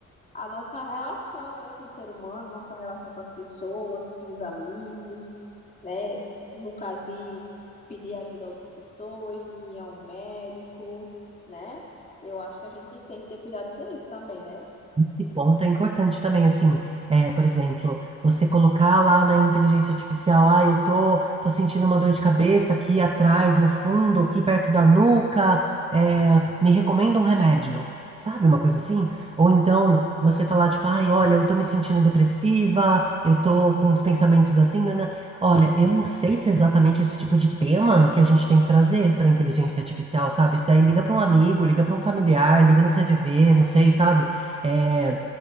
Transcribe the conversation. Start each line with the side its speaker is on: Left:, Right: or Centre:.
Left: a nossa relação, né, com o ser humano, nossa relação com as pessoas, com os amigos, né, no caso de pedir ajuda a outras pessoas, de ir a um médico, né? Eu acho que a gente tem que ter cuidado com isso também, né?
Right: Esse ponto é importante também, assim, é, por exemplo, você colocar lá na inteligência artificial, ah, eu tô, tô sentindo uma dor de cabeça aqui atrás, no fundo, aqui perto da nuca, é, me recomenda um remédio, sabe, uma coisa assim? Ou então, você falar, tipo, ai, olha, eu tô me sentindo depressiva, eu tô com os pensamentos assim, né? Olha, eu não sei se é exatamente esse tipo de tema que a gente tem que trazer para inteligência artificial, sabe? Isso daí liga para um amigo, liga para um familiar, liga no CVV, não sei, sabe? É,